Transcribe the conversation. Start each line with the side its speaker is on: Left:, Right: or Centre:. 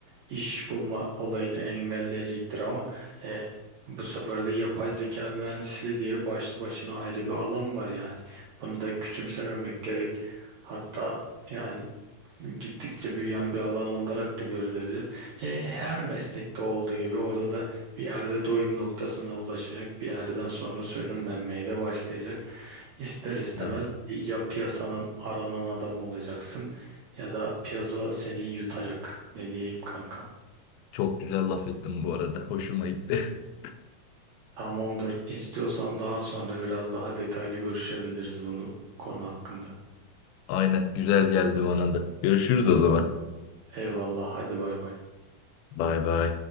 Right: iş bulma olayını engelleyecektir ama e, bu sefer de yapay zeka mühendisliği diye başlı başına ayrı bir alan var yani. Bunu da küçümsememek gerek. Hatta yani gittikçe büyüyen bir alan olarak da görülebilir. E, her meslekte olduğu gibi orada da bir yerde doyum noktasına ulaşacak, bir yerden sonra sönümlenmeye de başlayacak. İster istemez
Left: Doğru.
Right: ya piyasanın aranan adamı olacaksın ya da piyasa seni yutacak. Ne diyeyim kankam?
Left: Çok güzel laf ettim bu arada. Hoşuma gitti. <laughs>
Right: Tamamdır. İstiyorsan daha sonra biraz daha detaylı görüşebiliriz bunu konu hakkında.
Left: Aynen güzel geldi bana da. Görüşürüz o zaman.
Right: Eyvallah, hadi bay bay.
Left: Bay bay.